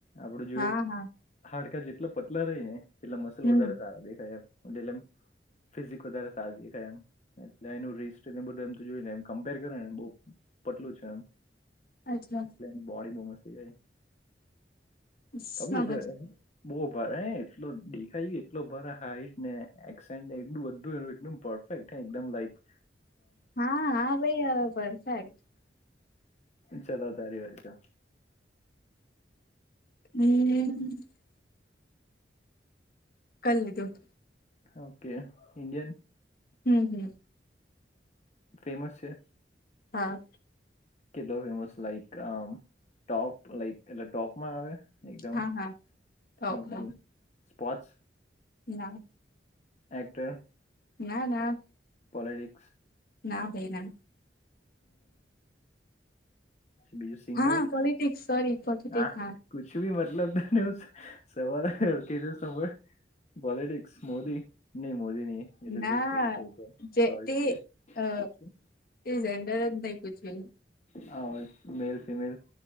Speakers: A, on the left; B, on the left.
A: આપડું જોય
B: હા હા
A: હાડકા જેટલો પતલા રહી ને એટલા મસલ
B: હમ
A: વધારે સારા દેખાય એટલે ફિઝિક વધારે સારું દેખાય એમ એટલે એ રીસ્ટ બધું એમ જોયને કમ્પેર કરો ને બ પટલું છે એમ
B: અચ્છા
A: એટલે એની બોડી બહ મસ્તી ગઈ
B: સમજ
A: તબિયત એ
B: ગઈ
A: તો બહુ ભારે હ એ દેખાય કે એટલો બરા હાઈટ ને એસેને એટલું બધું પરફેક્ટ લક
B: હા હા ભાઈ આવે પરફેક્ટ
A: ચલો તારી વાર છે
B: હમ કલ <inaudible>
A: ઓકે ઇન્ડિયન
B: હમ હમ
A: ફેમસ છે
B: હા
A: કેટલો ફેમસ લાઈક ટોપ લાઇક એટલે ટોપમાં આવે એકદમ
B: હા હા હવ
A: ઓકે
B: હવ
A: સ્પોર્ટ્સ
B: ના
A: એકટર
B: ના ના
A: પોલીટિક્સ
B: ના ભાઈ ના
A: બીજું સિંગર
B: હા પોલિટિક્સ સોરી પોલિટિક્સ
A: હા કુછ બી મતલબ <inaudible> લધને હું સવારે કીધુ <inaudible> પોલિટિક્સ મોદી નહી મોદી નહી એટલે
B: ના
A: થ
B: જે
A: સોરી
B: તે
A: સ
B: અ
A: <inaudible>
B: તે ઝેન્ડર જ નહી પૂછ્યું
A: હ મેલ ફિમેલ